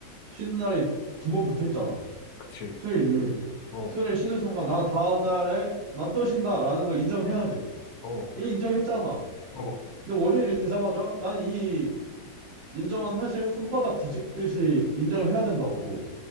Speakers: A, on the right (about 90°); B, on the left (about 65°).
A: 쉬는 날이 두 번 붙어 있잖아.
B: 그치.
A: 토요일, 일요일.
B: 어,
A: 토요일에 쉬는 순간 나 다음 날에 난 또 쉰다라는 걸 인정해야 돼.
B: 어,
A: 이 인정했잖아.
B: 어,
A: 근데 월요일이 되자마자 난 이 인정한 사실을 손바닥 뒤집듯이 인정을 해야 된다고 또.